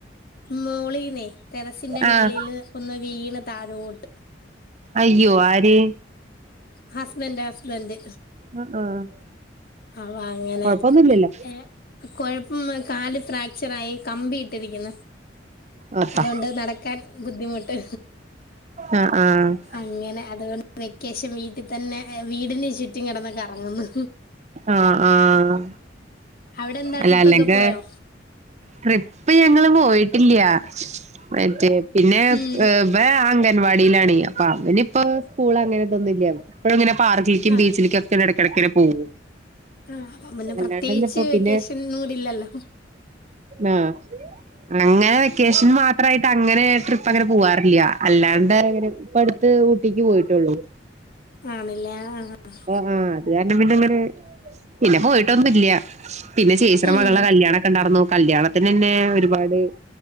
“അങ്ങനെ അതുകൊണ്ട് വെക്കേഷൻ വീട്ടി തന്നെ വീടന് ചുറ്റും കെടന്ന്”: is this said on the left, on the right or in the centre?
Left